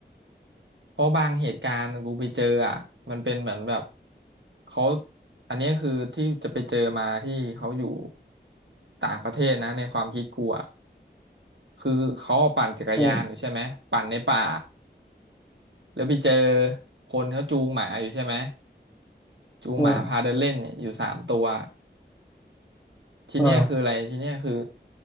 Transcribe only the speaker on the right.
เพราะบางเหตุการณ์กูไปเจออ่ะมันเป็นเหมือนแบบเขาอันนี้คือที่จะไปเจอมาที่เขาอยู่ต่างประเทศนะในความคิดกูอ่ะคือเขาปั่นจักรยานอยู่ใช่ไหมปั่นในป่า
แล้วไปเจอคนเขาจูงหมาอยู่ใช่ไหมจูงหมาพาเดินเล่นเนี่ยอยู่สามตัว
ทีเนี้ยคืออะไรทีเนี้ยคือ